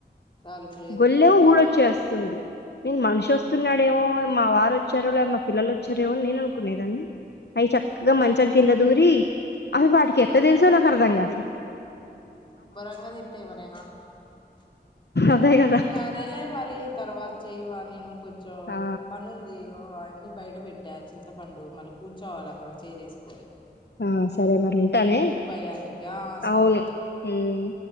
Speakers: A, on the left; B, on the left.
A: తాలుపు లేదు
B: గొల్లెం
A: గిలుపు లేదు
B: ఊడొచ్చేస్తుంది
A: వాటికి
B: నేను మన్షి ఒస్తున్నాడేమో
A: అంతే
B: మా వార్ ఒచ్చారో లే మా పిల్లలు ఒచ్చారేమోనని నేన్ అనుకునేదాన్ని అయ్ చక్కగా
A: అంతే
B: మంచం కింద దూరి అసలు వాటికి ఎట్ట తెల్సో నాకర్థం కాట్లే
A: శుభ్రంగా తింటాయి మరి ఏమనుకుంటున్నావ్
B: అదే కదా
A: సరేలే మరి తర్వాత చేయవా నేను కొంచెం జో
B: ఆ
A: పనుంది ఇగో అన్ని బయట పెట్టా చింతపండు మళ్ళీ కూర్చోవాలి అక్కడ చైర్ ఎసుకోని
B: ఆ సరే మరి ఉంటానే
A: భయానికి ఆ
B: అవును
A: సరే
B: హ్మ్